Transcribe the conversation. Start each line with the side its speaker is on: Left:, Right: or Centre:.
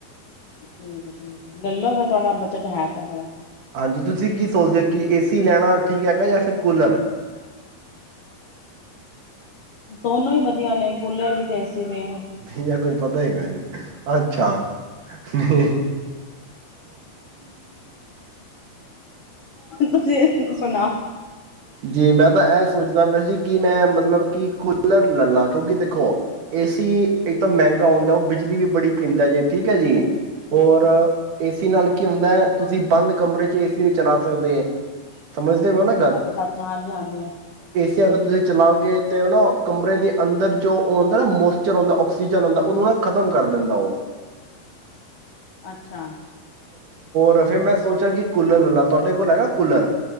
Left: ਠੀਕ ਹੈ ਠੀਕ ਲੈਲੋ ਫੇਰ ਥਹਾਡਾ ਬਜਟ ਹੈ ਤਾਂ ਫੇਿਰ
Right: ਹਾਂਜੀ ਤੁਸੀਂ ਕੀ ਸੋਚਦੇ ਹੋ ਕਿ ਏਸੀ ਲੈਣਾ ਠੀਕ ਹੈਗਾ ਜਾਂ ਫਿਰ ਕੂਲਰ
Left: ਦੋਨੋ ਹੀ ਵਧੀਆ ਨੇ ਕੂਲਰ ਵੀ ਤੇ ਵੀ
Right: ਨਹੀਂ ਕੁੱਝ ਪਤਾ ਉ ਹੀ ਗਏ ਅੱਛਾ ਹ
Left: ਤੁਸੀਂ ਸੁਣਾ
Right: ਜੀ ਮੈਂ ਤਾਂ ਇਹ ਸੋਚਦਾ ਵੈ ਜ ਕਿ ਮੈਂ ਮ ਮਤਲਬ ਕਿ ਕੂਲਰ ਲੈ ਲਾਂ ਕਿਉਂਕਿ ਦੇਖੋ ਏਸੀ ਇੱਕ ਤਾਂ ਮਹਿੰਗਾ ਹਉਂਦਾ ਉਹ ਬਿਜਲੀ ਵੀ ਬੜੀ ਪੀਂਦਾ ਜੇ ਠੀਕ ਹੈ ਜੀ ਹੋਰ
Left: ਹਮ
Right: ਇਸ ਏ ਨਾਲ ਕੀ ਹੁੰਦਾ ਹੈ ਤੁਸੀਂ ਬੰਦ ਕਮਰੇ ਚ ਏ ਸੀ ਨਹੀਂ ਚਲਾ ਸਕਦੇ ਸਮਝਦੇ ਹੋ ਨਾ
Left: ਅੱਛਾ ਅੱਛਾ ਹਾਂਜੀ ਹਾਂਜੀ
Right: ਕਿ ਅਗਰ ਤੁਸੀਂ ਚਲਾਓਗੇ ਤਾਂ ਉਹ ਨਾ ਕਮਰੇ ਦੇ ਅੰਦਰ ਜੋ ਹੁੰਦਾ ਨਾ ਮੋਸਚਰ ਹੁੰਦਾ ਆਕਸੀਜਨ ਹੁੰਦਾ ਉਹਨੂੰ ਨਾ ਖ਼ਤਮ ਕਰ ਦਿੰਦਾ ਉਹ
Left: ਅੱਛਾ
Right: ਰ ਫਿਰ ਮੈਂ ਸੋਚਿਆ ਕਿ ਕੂਲਰ ਲੈ ਲਾ ਤੁਹਾਡੇ ਕੋਲ ਹੈਗਾ ਕੂਲਰ